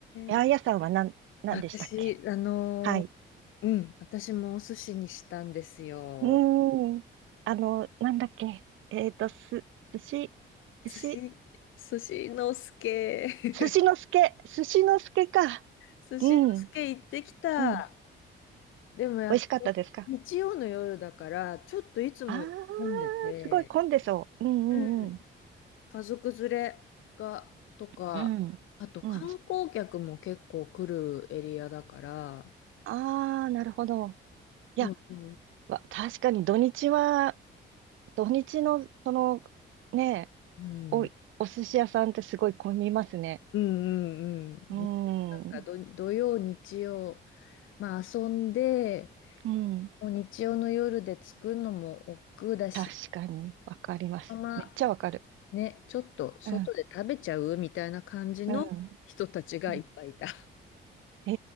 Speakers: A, on the right; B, on the left.
A: 八重屋さんは何、
B: ー、
A: 何でしたっけ
B: 私、あの
A: はい。
B: ーうん、私もお寿司にしたんですよ。
A: うん。あの、なんだっけえっと、す、寿司、
B: 寿司、
A: 寿司、
B: 寿司の助。<laughs>
A: 寿司の助、寿司の助か。
B: 寿司の助行ってきた。
A: うん、うん。
B: でもやっぱり日曜の夜だから、
A: 美味しかったですか
B: ちょっといつもより混んでて、
A: ああー、すごい混んでそう。うんうんうん。
B: うん家族連れが、とか、
A: うん。
B: あと観光客も結構来るエリアだから、
A: うん。ああ、なるほど。いや、
B: もう、そ
A: わ確かに土日は土日の、その、ね、
B: ううん、
A: お、お寿司屋さんってすごい混みますね。
B: うんうんうん。
A: うん。
B: なんかど土曜、
A: う
B: 日曜、まあ遊んで、
A: ん。
B: もう日曜の夜で着くのも億劫だし、
A: 確かに、わかります。
B: まま
A: めっちゃわかる。
B: ね、ちょっと外で食べちゃうみたいな感じの人たちがいっぱいいた。
A: うん。うん。うんえ